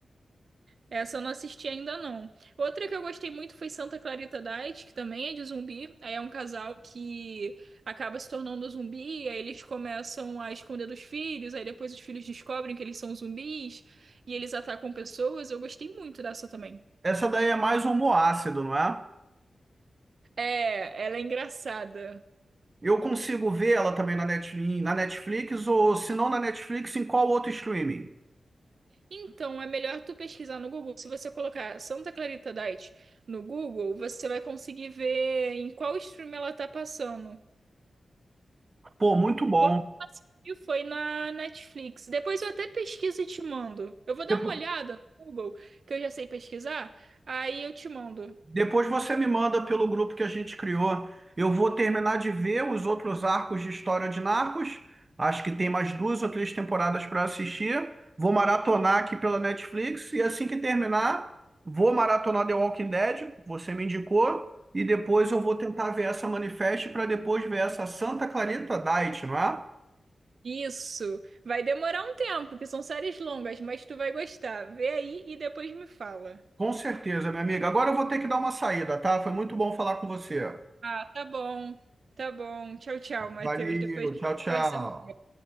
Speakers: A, on the right (about 60°); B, on the right (about 30°).
A: Essa eu não assisti ainda não. Outra que eu gostei muito foi Santa Clarita Diet, que também é de zumbi. Aí é um casal que acaba se tornando zumbi, aí eles começam a esconder dos filhos, aí depois os filhos descobrem que eles são zumbis e eles atacam pessoas. Eu gostei muito dessa também.
B: Essa daí é mais homoácido, não é?
A: É, ela é engraçada.
B: Eu consigo ver ela também na Net- na Netflix, ou se não na Netflix, em qual outro streaming?
A: Então, é melhor tu pesquisar no Google. Se você colocar Santa Clarita Diet no Google, você vai conseguir ver em qual stream ela tá passando.
B: Pô, muito bom.
A: Quando eu assisti foi na Netflix. Depois eu até pesquiso e te mando. Eu vou dar
B: Depo-
A: uma olhada no Google, que eu já sei pesquisar, aí eu te mando.
B: Depois você me manda pelo grupo que a gente criou. Eu vou terminar de ver os outros arcos de história de Narcos. Acho que tem mais duas ou três temporadas para assistir. Vou maratonar aqui pela Netflix e assim que terminar, vou maratonar The Walking Dead. Você me indicou. E depois eu vou tentar ver essa Manifest para depois ver essa Santa Clarita Diet, não é?
A: Isso. Vai demorar um tempo, porque são séries longas, mas tu vai gostar. Vê aí e depois me fala.
B: Com certeza, minha amiga. Agora eu vou ter que dar uma saída, tá? Foi muito bom falar com você.
A: Ah, tá bom. Tá bom. Tchau, tchau, Matheus.
B: Valeu,
A: Depois a
B: tchau,
A: gente conversa
B: tchau.
A: melhor.